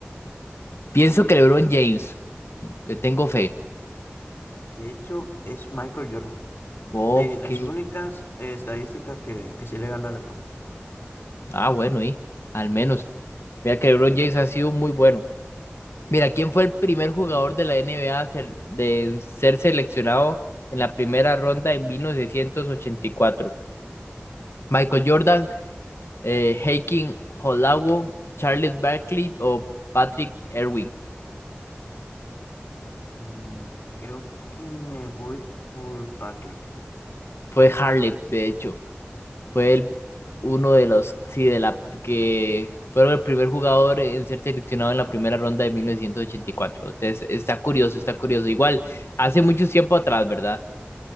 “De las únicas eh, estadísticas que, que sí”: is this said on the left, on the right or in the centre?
Left